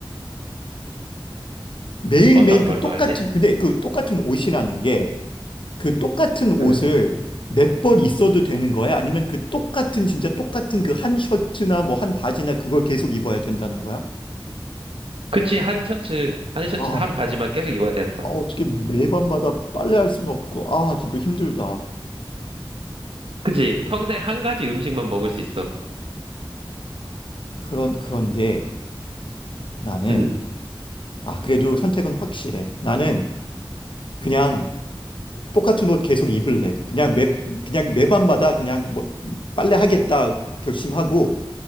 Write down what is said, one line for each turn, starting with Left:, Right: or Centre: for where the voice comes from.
Left: 매일매일
Right: 어떤
Left: 그
Right: 걸로
Left: 똑같은,
Right: 할래?
Left: 근데 그 똑같은 옷이라는 게 그 똑같은 옷을
Right: 응.
Left: 몇 벌 있어도 되는 거야? 아니면 그 똑같은, 진짜 똑같은 그 한 셔츠나 뭐 한 바지나 그걸 계속 입어야 된다는 거야?
Right: 그치, 한 셔츠, 한 셔츠는
Left: 아,
Right: 한 바지만 계속 입어야 되는 거야.
Left: 아, 어떻게 매번마다 빨래할 수는 없고, 아, 이거 힘들다.
Right: 그치? 평생 한 가지 음식만 먹을 수 있어.
Left: 그런, 그런데. 나는,
Right: 응,
Left: 아, 그래도 선택은 확실해. 나는 그냥 똑같은 옷 계속 입을래. 그냥 매, 그냥 매번마다 그냥 뭐 빨래 하겠다 결심하고.